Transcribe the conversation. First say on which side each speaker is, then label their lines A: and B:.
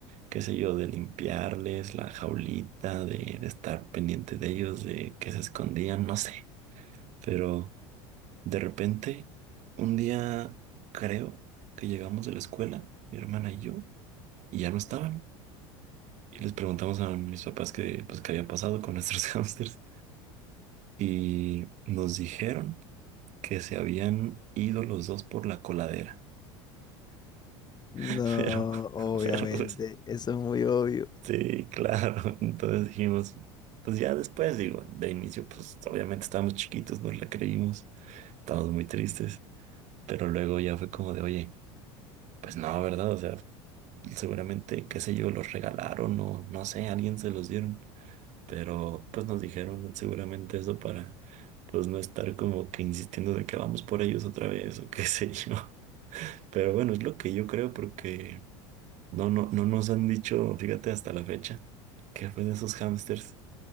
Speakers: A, on the right; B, on the left.
A: qué sé yo, de limpiarles la jaulita, de, de estar pendiente de ellos, de que se escondían, no sé. Pero de repente, un día creo que llegamos de la escuela, mi hermana y yo, y ya no estaban. Y les preguntamos a mis papás qué, pues, qué había pasado con nuestros <laughs> hámsters. Y nos dijeron que se habían ido los dos por la coladera. <laughs>
B: No,
A: Pero,
B: obviamente.
A: pero pues,
B: Eso es muy obvio.
A: Sí, claro. <laughs> Entonces dijimos, pues ya después, digo, de inicio, pues obviamente estábamos chiquitos, nos la creímos, estábamos muy tristes, pero luego ya fue como de, oye, pues no, ¿verdad? O sea, seguramente, qué sé yo, los regalaron o no sé, alguien se los dieron, pero pues nos dijeron seguramente eso para, pues no estar como que insistiendo de que vamos por ellos otra vez o qué sé yo. <laughs> Pero bueno, es lo que yo creo porque no, no, no nos han dicho, fíjate, hasta la fecha, que fue de esos hámsters.